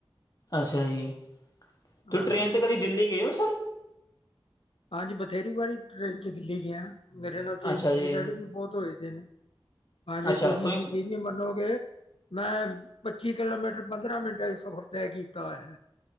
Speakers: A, on the left; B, on the left.
A: ਅੱਛਾ ਜੀ, ਤੁ
B: ਹਾਂ
A: ਟਰੇੇਨ ਤੇ ਕਦੀ ਦਿੱਲੀ ਗਏ ਔ ਸਰ?
B: ਹਾਂਜੀ ਬਥੇਰੀ ਵਾਰੀ ਟ੍ਰਰੇਨ 'ਚ ਦਿੱਲੀ ਗਿਆ। ਮੇਰੇ ਨਾਲ ਤੇ
A: ਅੱਛਾ
B: ਇੰਸੀਡੈਂਟ
A: ਜੀ,
B: ਵੀ ਬੋਤ ਹੋਏਦੇ ਨੇ ਹਾਂਜੀ
A: ਅੱਛਾ
B: ਤੁਸੀਂ
A: ਕੋਈ
B: ਯਕੀ ਤੁਸੀਂ ਮਨੋਗੇ, ਮੈਂ ਪੱਚੀ ਕਿਲੋਮੀਟਰ ਪੰਦਰਾਂ ਮਿੰਟਾਂ 'ਚ ਸਫ਼ਰ ਤੈਅ ਕੀਤਾ ਹੋਇਯਾ।